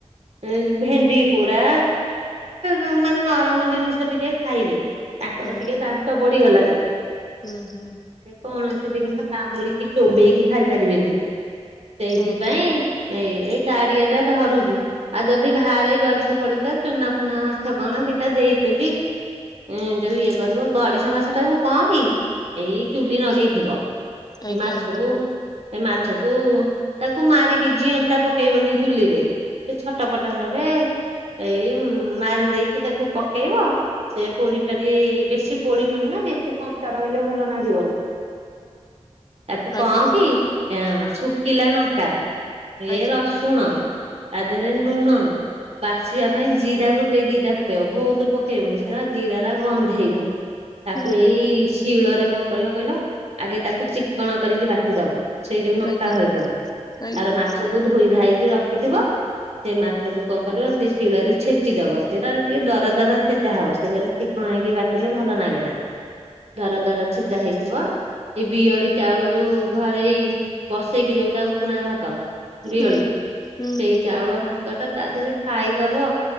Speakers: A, on the right (about 60°); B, on the left (about 35°).
A: ଏ ଯ ଭେଣ୍ଡି ପୋଡା। ଉ ମାନେ ନରମ ଜିନିଷ ଟିକେ ଖାଇବେ ତାଙ୍କର
B: ହୁଁ
A: ଟିକେ ଦାନ୍ତ ପଡିଗଲାଣି।
B: ହୁଁ ହୁଁ।
A: ସେ କୌଣସି ଜିନିଷ କାମୁଡିକି ଚୋବେଇକି ଖାଇ ପାରିବେନି ସେଇଥିପାଇଁ
B: ହୁଁ ହୁଁ
A: ଏଇ ଏଇ ଗାଡିଆ ଟା ଧଡରୁଛୁ ଆଉ ଯଦି ବାହାରେ ଗଡିସା ଫଡିସା ଚୁନା ନା ମାଛ କଣ ଦିଟା ଦେଇଦେବି ଉୁଁ ଯୋଉ ଇଏ କରିବ ଗଡିଶା ମାଛ ଟାକୁୁ କଣ କି ଏଇ ଚୁଲି ଲଗେଇଥିବ ସେ
B: ଆଜ୍ଞା
A: ମାଛକୁ ସେ ମାଛକୁ ତାକୁ ମାରିକି ଜିଅଣ୍ଟା ପକେଇବନି ଚୁଲିରେ ସେ ଛଟ ପଟ ହେବେ ଏଇ ମ୍-ମ୍ ମାରି ଦେଇକି ତାକୁ ପକେଇବ ସେ ପୋଡି ପାଡି ବେଶୀ ପୋଡିବନି ନା ବେଶୀ କଞ୍ଚା ରହିବ ଭଲ ଲାଗିବନି। ତାକୁ କଣ
B: ଆଜ୍ଞା
A: କି ଶୁଖିଲା ଲଙ୍କା, ଏ
B: ଆଜ୍ଞା
A: ରସୁଣ ତା ଧିରେ ନୁଣ ବାଛିବା ପାଇଁ ଜିରା ଗୋଟେ ଦିଟା ପକେଇବ ବହୁତ ପକେଇବନି ସେଟା ଜିରା ଟା ଗନ୍ଧେଇବ। ତାକୁ
B: ହୁଁ
A: ଏଇ-ଇ-ଇ-ଇ ଶିଳରେ କଣ କରିବ କହିଲ ଆଗେ ତାକୁ ଚିକଣ କରିକି ବାଟିଦବ। ସେଇ ଯୋଉ ନଙ୍କା
B: ଆଜ୍ଞା
A: ହରିକାଙ୍କୁ
B: ଆଜ୍ଞା
A: ତାର ମାଛକୁ ଧୋଇ ଧାଇକି ରଖିଥିବ। ସେଇ ମାଛ କ କଣ କରିବ ସେଇ ଶିଳରେ ଛେଚି ଦବ ସେଇଟା ଟିକେ ଦର ଦର ଛେଚା ହବ ସେଇଗୁଡା ଚି ଚିକଣକି ବାଟିଲେ ଭଲ ଲାଗେ ନା ଦର ଦର ଛେଚା ହେଇଥିବ ଏଇ ବିଅଳି ଚାଉଳ ଯୋଉ ଘରେଇ ବସେଇକି ଯୋଉଟାକୁ ଉଷୁନା ଭାତ ବିୟଳି
B: ହୁଁ ହୁଁ
A: ସେଇ ଚାଉଳ ଭାତ ଭାତ ଟା ତା ଦେହରେ ଖାଇଦବ